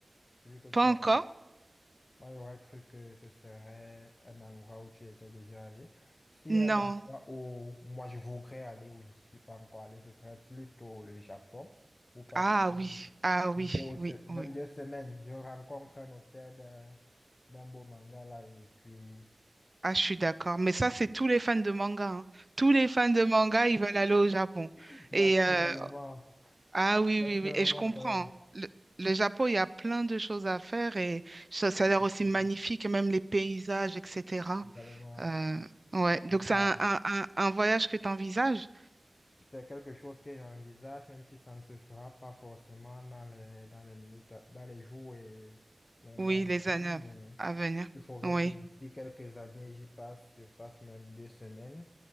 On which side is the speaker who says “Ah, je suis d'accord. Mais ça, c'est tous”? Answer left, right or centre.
Right